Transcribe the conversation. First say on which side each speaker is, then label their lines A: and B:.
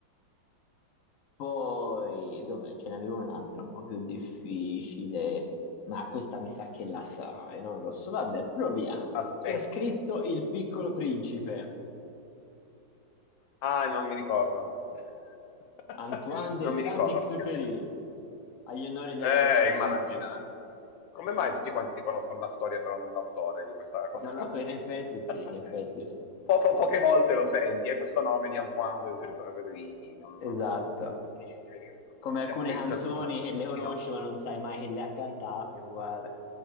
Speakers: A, on the left; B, on the left.
A: Poi, dov'è? Ce n'avevo un'altra un po' più difficile, ma questa mi sa che la sai, non lo so. Vabbè, proviamo.
B: Aspetta.
A: Chi ha scritto Il Piccolo Principe?
B: Ah, non mi ricordo. <laughs>
A: Antoine de
B: Non
A: Saint-Exupéry.
B: mi ricordo. che ti-
A: Agli onori della
B: Eh,
A: cronaca.
B: immagina. Come mai tutti quanti conoscono la storia, però non l'autore di questa cosa?
A: Non la
B: <laughs>
A: so, in effetti sì, in effetti sì.
B: Po- po- poche volte lo senti, è questo nome di Antoine de Saint-Exupéry, non, non...
A: Esatto.
B: mi dici di venire-
A: Come alcune
B: Chi ha scritto
A: canzoni
B: il Pinocchio? Chi
A: che
B: ha scritto
A: le conosci
B: Pinocchio?
A: ma non sai mai che le ha cantate, uguale.